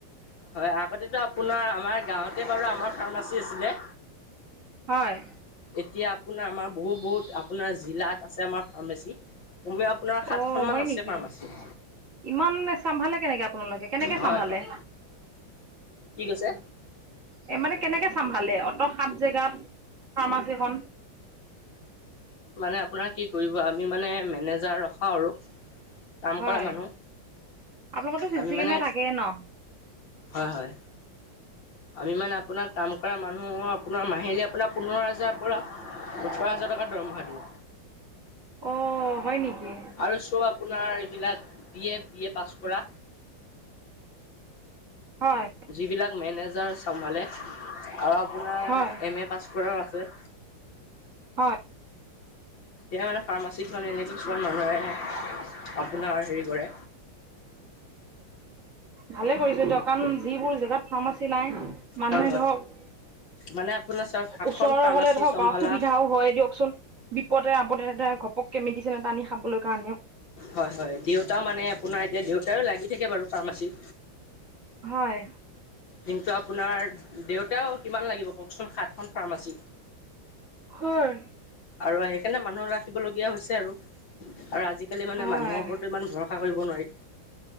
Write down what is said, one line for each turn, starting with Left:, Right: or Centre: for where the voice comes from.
Left: হয়, আগতেতো আপোনাৰ আমাৰ গাঁৱতে বাৰু আমাৰ ফাৰ্মাচী আছিলে।
Right: হয়।
Left: এতিয়া আপোনাৰ আমাৰ বহুত বহুত আপোনাৰ জিলাত আছে আমাৰ ফাৰ্মাচী। আপোনাৰ সাতখনমান
Right: অ হয়
Left: আছে
Right: নেকি
Left: ফাৰ্মাচী।
Right: ইমান চম্ভালে কেনেকে আপোনালোকে? কেনেকে
Left: হয়
Right: চম্ভালে?
Left: হয় কি কৈছে?
Right: এ, মানে কেনেকে চাম্ভালে, অত সাত জেগাত ফাৰ্মাচীখন?
Left: মানে আপোনাৰ কি কৰিব, আমি মানে মেনেজাৰ ৰখাও আৰু। কাম
Right: হয়,
Left: কৰা মানুহ
Right: আপোনালোকৰতো চিচি
Left: আমি মানে
Right: কেমেৰা থাকেই ন?
Left: হয় হয় আমি মানে আপোনাৰ কাম কৰা মানুহৰ আপোনাৰ মাহিলী আপোনাৰ পোন্ধৰ হাজাৰৰ পৰা ওঠৰ হাজাৰ টকা দৰমহা দিওঁ।
Right: অ হয় নেকি
Left: আৰু চ'ব আপোনাৰ এইবিলাক B A, B A pass কৰা
Right: হয়
Left: যিবিলাক মেনেজাৰ চম্ভালে, আৰু আপোনাৰ
Right: হয়
Left: এম এ পাছ কৰাও আছে
Right: হয়
Left: কেতিয়াবা মানে ফাৰ্মাচীত মানে এনে কিছুমান মানুহ আহে, আপোনাৰ হেৰি কৰে
Right: ভালে কৰিছে দিয়ক, কাৰণ যিবোৰ জেগাত ফাৰ্মাচী নাই, মানুহে
Left: হয় হয়
Right: ধৰক
Left: মানে আপোনাৰ চাওক সাতখন
Right: ওচৰৰ
Left: ফাৰ্মাচী
Right: হলে ধৰক
Left: চম্ভালা
Right: অ সুবিধাও হয় দিয়কচোন বিপদে আপদে এটা ঘপককে মেডিচিন এটা আনি খাবলৈ কাৰণেও
Left: হয়, হয়, দেউতা মানে আপোনাৰ এতিয়া, দেউতাও লাগি থাকে বাৰু ফাৰ্মাচীত।
Right: হয়
Left: কিন্তু আপোনাৰ দেউতাও কিমান লাগিব কও‍ঁকচোন, সাতখন ফাৰ্মাচী
Right: হয়
Left: আৰু সেইকাৰণে মানুহ ৰাখিবলগীয়া হৈছে আৰু। আৰু আজিকালি মানে
Right: হয়
Left: মানুহৰ ওপৰতো ইমান ভৰস সা কৰিব নোৱাৰি।